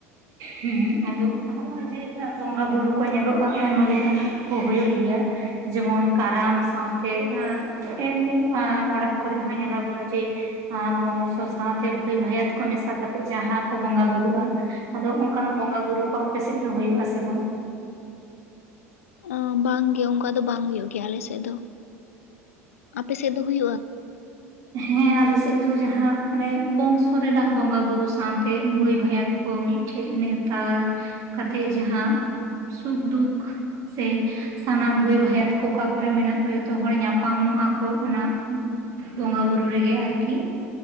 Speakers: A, on the right; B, on the left.
A: ᱦᱮᱸ ᱟᱫᱚ ᱦᱚᱸᱜᱼᱚᱭ ᱡᱮ ᱵᱚᱸᱜᱟ ᱵᱩᱨᱩ ᱠᱚ ᱧᱮᱞᱚᱜᱼᱟ ᱟᱭᱢᱟ ᱞᱮᱠᱟᱱᱟᱜ ᱠᱚ ᱦᱩᱭᱩᱜ ᱜᱮᱭᱟ ᱡᱮᱢᱚᱱ ᱠᱟᱨᱟᱢ ᱥᱟᱶᱛᱮ ᱮᱢᱱᱤ ᱚᱲᱟᱜ ᱠᱚᱨᱮᱜ ᱦᱚᱸ ᱧᱮᱞᱟᱵᱚᱱ ᱡᱮ ᱟᱨ ᱵᱚᱝᱥᱚ ᱥᱟᱶᱛᱮ ᱵᱷᱟᱹᱭ ᱵᱷᱟᱭᱟᱛ ᱠᱚ ᱢᱮᱥᱟ ᱠᱟᱛᱮᱫ ᱡᱟᱦᱟᱸ ᱠᱚ ᱵᱚᱸᱜᱟ ᱵᱩᱨᱩᱜᱼᱟ ᱟᱫᱚ ᱚᱱᱠᱟᱱᱟᱜ ᱵᱚᱸᱜᱟ ᱵᱩᱨᱩ ᱠᱚ ᱟᱯᱮᱥᱮᱫ ᱫᱚ ᱦᱩᱭᱩᱜ ᱟᱥᱮ ᱵᱟᱝ
B: ᱟ ᱵᱟᱝ ᱜᱮ ᱚᱱᱠᱟ ᱫᱚ ᱵᱟᱝ ᱦᱩᱭᱩᱜ ᱜᱮᱭᱟ ᱟᱞᱮ ᱥᱮᱫ ᱫᱚ ᱟᱯᱮ ᱥᱮᱫ ᱫᱚ ᱦᱩᱭᱩᱜᱼᱟ
A: ᱦᱮᱸ ᱟᱞᱮᱥᱮᱫ ᱫᱚ ᱡᱟᱦᱟᱸ ᱚᱱᱮ ᱵᱚᱝᱥᱚ ᱨᱮᱱᱟᱜ ᱵᱚᱸᱜᱟ ᱵᱩᱨᱩ ᱥᱟᱶᱛᱮ ᱵᱷᱟᱹᱭ ᱵᱷᱟᱭᱟᱛ ᱠᱚ ᱢᱤᱫᱴᱷᱮᱡ ᱱᱮᱣᱛᱟ ᱠᱟᱛᱮᱫ ᱡᱟᱦᱟᱸ ᱥᱩᱠ-ᱫᱩᱠ ᱥᱮ ᱥᱟᱱᱟᱢ ᱵᱷᱟᱹᱭ ᱵᱷᱟᱭᱟᱛ ᱠᱚ ᱚᱠᱟ ᱠᱚᱨᱮ ᱢᱮᱱᱟᱜ ᱠᱚᱣᱟ ᱡᱷᱚᱛᱚ ᱦᱚᱲ ᱧᱟᱯᱟᱢᱚᱜᱼᱟ ᱠᱚ ᱚᱱᱟ ᱵᱚᱸᱜᱟ ᱵᱩᱨᱩ ᱨᱮᱜᱮ ᱟᱨᱠᱤ